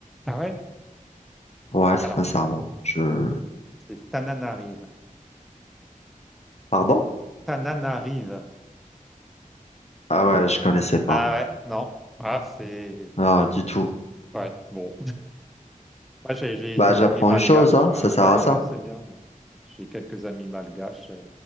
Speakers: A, in the centre; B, on the left.
A: Ah ouais?
B: Ouais, sincèrement.
A: Alors,
B: Je...
A: c'est Tananarive.
B: Pardon?
A: Tananarive.
B: Ah ouais, je connaissais pas.
A: Ah ouais? Non. Ah, c'est...
B: Ah, du tout.
A: Ouais, bon. Moi, j'ai j'ai
B: Bah,
A: des
B: j'apprends
A: amis malgaches.
B: une chose, hein.
A: Ah,
B: Ça sert
A: ouais,
B: à ça.
A: ouais, c'est bien. ouais. J'ai quelques amis malgaches euh,